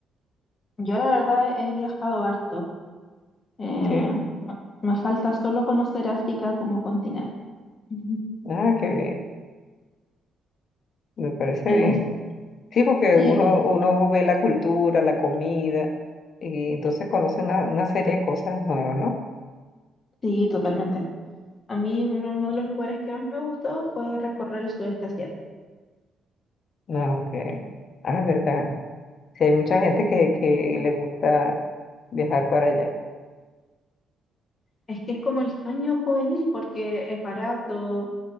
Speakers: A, on the left; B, on the left.
A: Yo la verdad he viajado harto. Eh,
B: Sí,
A: me, me falta solo conocer África como continente. Ujú.
B: ah, qué bien, me parece
A: Eh,
B: bien. Sí, porque
A: sí,
B: uno, uno ve la cultura, la comida, y entonces conoce una, una serie de cosas nuevas, ¿no?
A: sí, totalmente. A mí uno, uno de los lugares que más me gustó fue recorrer el sudeste asiático.
B: No, que, ah, es verdad. Sí, hay mucha gente que, que le gusta viajar para allá.
A: Es que es como el sueño juvenil porque es barato,